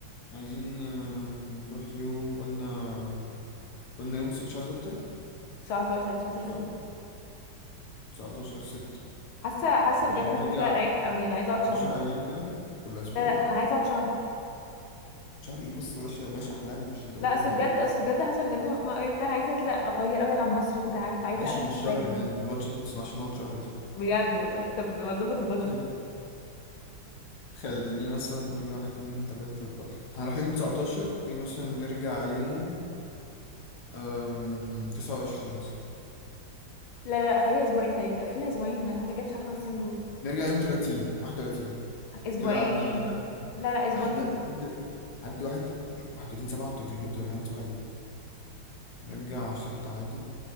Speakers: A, on the left; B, on the left.
A: عايزين آه، نروح يوم قلنا قلنا يوم س- شهر ستة
B: 19 19
A: صح
B: ساعة.
A: 19 ستة
B: حاسه حاسه
A: عشان
B: بجد محتاجه
A: نرجع
B: اريح قوي انا عايزه اقعد شهر
A: 10
B: بجد
A: ايام كده ولا اسبوع
B: لا لا انا عايزه اقعد شهر
A: شهر ايه بس بلاش بلاش احلام مش الدرجات
B: لا اصل
A: دي يعني
B: بجد اصل بجد حاسه بجد مخنوقه قوي بتاع عايزه كده اغير ابعد عن مصر كده عارف عايزه
A: ماشي مش
B: ابعد
A: شهر
B: قوي
A: يعني البادجت ما تسمحش نقعد شهر دي
B: بجد والله طب ما تظبط البادجت
A: <laughs> خليه مثلا قولي واحد اتنين تلاتة أربعة هنروح يوم تسعتاشر قولي مثلا نرجع يوم أم... تسعة وعشرين مثلا
B: لا لا خليها اسبوعين طيب قفلها اسبوعين انا ما جاتش على خمس ايام دول
A: نرجع يوم تلاتين واحد وتلاتين
B: اسبوعين
A: كده قعدنا لحد آخر الجو.
B: لا لا اسبوعين
A: لحد لحد لحد واحد واحد وتلاتين سبعة انتوا اتجننتوا يا جدعان سواء ايه نرجع ستة عادي